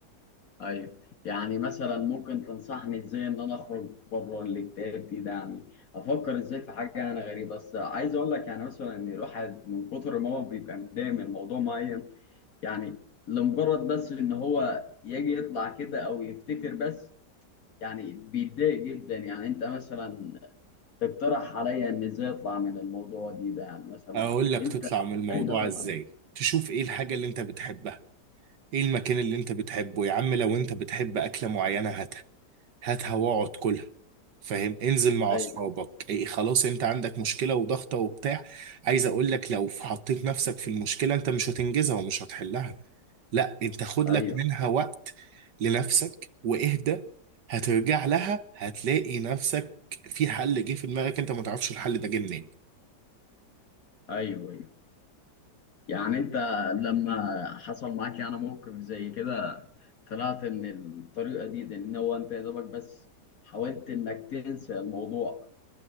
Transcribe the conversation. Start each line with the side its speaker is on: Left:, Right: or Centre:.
Left: ايوه يعني مثلا ممكن تنصحني ازاي ان انا اخرج بره الاكتئاب دي ده يعني افكر ازاي في حاجه انا غريبه بس عايز اقول لك يعني مثلا ان الواحد من كتر ما هو بيبقى متضايق من موضوع معين يعني لمجرد بس ان هو يجي يطلع كده او يفتكر بس يعني بيتضايق جدا يعني انت مثلا تقترح عليا ان ازاي اطلع من الموضوع دي ده يعني مثلا
Right: اقول لك
Left: انت
Right: تطلع من الموضوع
Left: ازاي طلعت
Right: ازاي
Left: منه
Right: تشوف ايه الحاجة اللي انت بتحبها ايه المكان اللي انت بتحبه يا عم لو انت بتحب اكلة معينة هاتها واقعد كلها فاهم انزل مع
Left: ايوه
Right: اصحابك إيه خلاص انت عندك مشكله وضغطه وبتاع عايز اقول لك لو حطيت نفسك في المشكله انت مش هتنجزها ومش هتحلها لا انت خد
Left: ايوه
Right: لك منها وقت لنفسك واهدى هترجع لها هتلاقي نفسك في حل جه في دماغك انت ما تعرفش الحل ده جه منين
Left: ايوه يعني انت لما حصل معاك يعني موقف زي كده طلعت من الطريقة دي دي ان هو انت يا دوبك بس حاولت انك تنسى الموضوع